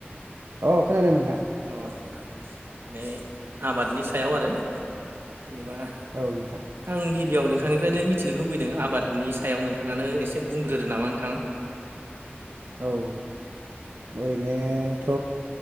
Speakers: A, on the right (about 85°); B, on the right (about 60°).
A: अ खोनादों नोंथां
B: अ माने आबादनि सायाव आरो जेनेबा
A: औ नोंथां
B: आं गिबियाव नोंथांनिफ्रायनो मिथिनो लुबैदों आबादनि सायाव नोंथाङानो एसे बुंग्रो नामा नोंथां
A: औ ओरैनोथ'